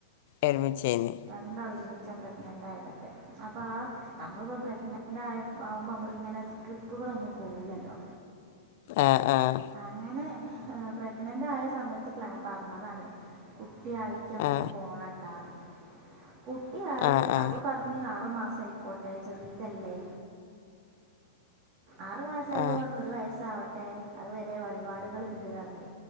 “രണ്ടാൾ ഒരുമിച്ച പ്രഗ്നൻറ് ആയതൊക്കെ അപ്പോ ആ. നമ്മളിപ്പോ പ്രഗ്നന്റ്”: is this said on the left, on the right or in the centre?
Right